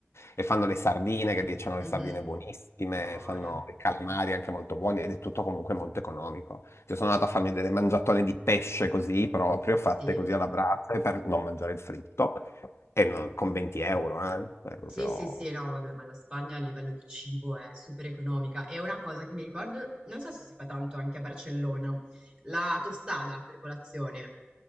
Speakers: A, on the left; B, on the right.
A: eh, e fanno le sardine, che lì c'hanno
B: Mhm.
A: le sardine buonissime,
B: Buone.
A: fanno i calamari anche molto buoni ed è tutto comunque molto economico. Io sono andato a farmi delle mangiatone di pesce così proprio, fatte
B: Sì.
A: così alla brace per non mangiare il fritto, e non- con 20 euro, eh, è proprio...
B: Sì, sì, sì, no, vabbè, ma la Spagna a livello di cibo è super economica. E una cosa che mi ricordo, non so se si fa tanto anche a Barcellona, la tostada per colazione.